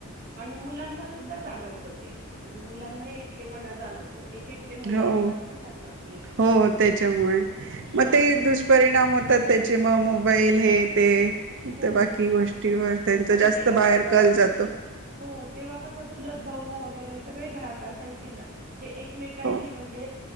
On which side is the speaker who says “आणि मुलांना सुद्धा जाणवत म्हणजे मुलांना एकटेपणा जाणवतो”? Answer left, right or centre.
Right